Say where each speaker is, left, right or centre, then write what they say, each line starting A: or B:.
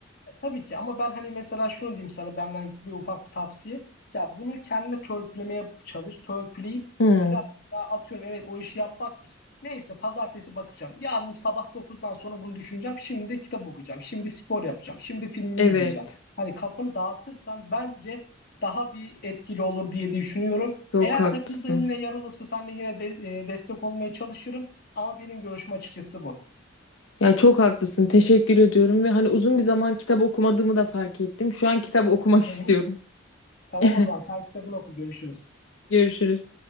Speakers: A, on the left; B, on the left.
A: E, tabii ki ama ben hani mesela şunu diyeyim sana benden bir ufak bir tavsiye. Ya bunu kendine törpülemeye çalış. Törpüleyip
B: Hmm,
A: biraz daha atıyorum evet o işi yapmak güzel. Neyse pazartesi bakacağım. Yarın sabah dokuzdan sonra bunu düşüneceğim. Şimdi de kitap okuyacağım. Şimdi spor yapacağım. Şimdi filmimi
B: evet.
A: izleyeceğim. Hani kafanı dağıtırsan bence daha bir etkili olur diye düşünüyorum.
B: Çok
A: Eğer
B: haklısın.
A: takıldığın yine yer olursa seninle yine de, e, destek olmaya çalışırım. Ama benim görüşüm açıkçası bu.
B: Ya çok haklısın. Teşekkür ediyorum ve hani uzun bir zaman kitap okumadığımı da fark ettim. Şu an kitap okumak istiyorum.
A: Hı hı. Tamam o zaman
B: <laughs>
A: sen kitabını oku görüşürüz.
B: Görüşürüz.